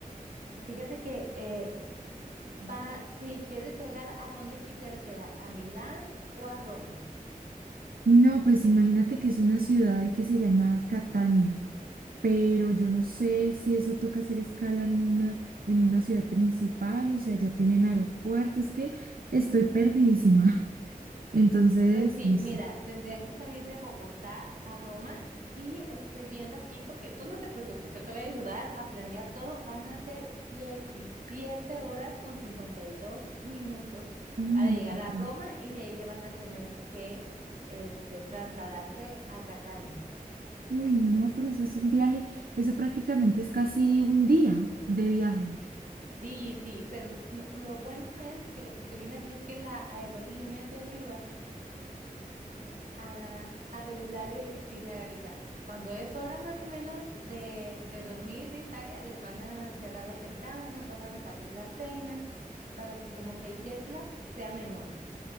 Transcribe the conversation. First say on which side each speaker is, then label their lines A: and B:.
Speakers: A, on the right (about 65°); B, on the right (about 80°).
A: Fíjate que eh, va, si quieres llegar a donde quisieras llegar, a Milán o a Roma.
B: No, pues imagínate que es una ciudad ahí que se llama Catania. pero yo no sé si eso toca hacer escala en una, en una ciudad principal o si allá tienen aeropuertos, es que estoy perdidísima. <laughs> Entonces,
A: Pues sí,
B: no
A: mira,
B: sé.
A: tendrían que salir de Bogotá a Roma y estoy viendo aquí porque tú no te preocupes, yo te voy a ayudar a planear todo. Van a ser 17 horas con 52 minutos
B: Ay,
A: para
B: no
A: llegar
B: puedo
A: a
B: creer.
A: Roma y de ahí ya van a tener que este, trasladarse a Catania.
B: Uy, no, pero eso es un viaje, eso prácticamente es casi un día de viaje.
A: Sí, sí, pero no- lo bueno es que lo que estoy viendo aquí es que la aerolínea te ayuda a, a regular el itinerario. O sea, cuando es hora más o menos de, de dormir de Italia, les van a cerrar las ventanas, van a repartir la cena para que como que el jet lag sea menor.